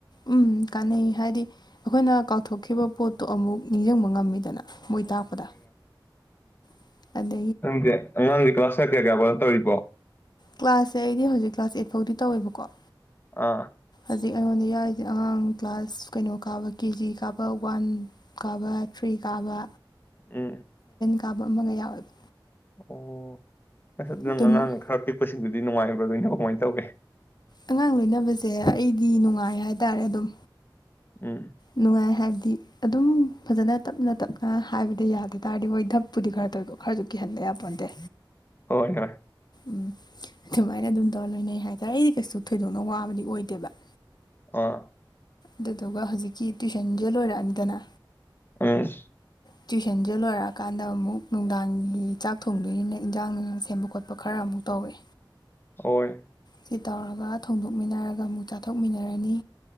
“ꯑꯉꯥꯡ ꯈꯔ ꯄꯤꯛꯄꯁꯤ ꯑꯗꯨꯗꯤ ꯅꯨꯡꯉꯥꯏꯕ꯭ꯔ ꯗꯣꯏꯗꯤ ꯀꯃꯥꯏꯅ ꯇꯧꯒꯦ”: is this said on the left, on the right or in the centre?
Left